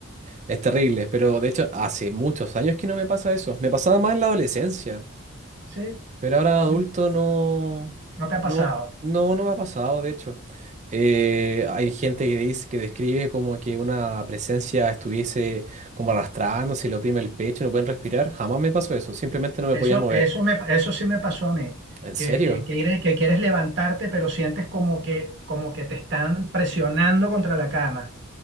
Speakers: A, on the right; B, on the right.
A: Es terrible, pero de hecho hace muchos años que no me pasa eso. Me pasaba más en la adolescencia,
B: Sí.
A: pero ahora de adulto
B: sí.
A: no,
B: ¿No te ha pasado?
A: no, no, no me ha pasado, de hecho. Eh, hay gente que dice, que describe como que una presencia estuviese como arrastrándose, le oprime el pecho, no pueden respirar. Jamás me pasó eso, simplemente no me
B: Eso,
A: podía mover.
B: eso, me, eso sí me pasó a mí,
A: ¿En
B: que,
A: serio?
B: que, que, eres- que quieres levantarte, pero sientes como que, como que te están presionando contra la cama.